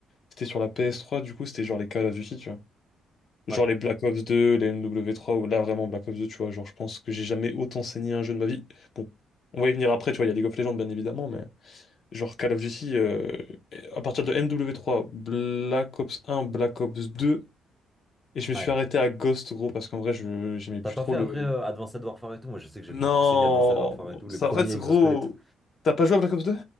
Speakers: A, on the left (about 50°); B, in the centre.
A: C'était sur la PS3, du coup c'était genre les Call of Duty, tu vois. Genre
B: ouais,
A: les Black Ops 2, les MW3, ou là vraiment Black Ops 2, tu vois, genre je pense que j'ai jamais autant saigné un jeu de ma vie. Bon, on va y venir après, tu vois, il y a League of Legends bien évidemment, mais. Genre Call of Duty, euh, à partir de mw trois Black Ops un Black Ops 2 et je me
B: ouais.
A: suis arrêté à Ghost, gros, parce qu'en vrai, je j'aimais plus
B: T'as pas
A: trop
B: fait après
A: le...
B: euh, Advanced Warfare et tout? Moi, je sais que j'ai
A: Non!
B: beaucoup saigné Advanced Warfare et tout,
A: Ça,
B: les premiers
A: en fait,
B: exosquelettes.
A: gros, t'as pas joué à Black Ops deux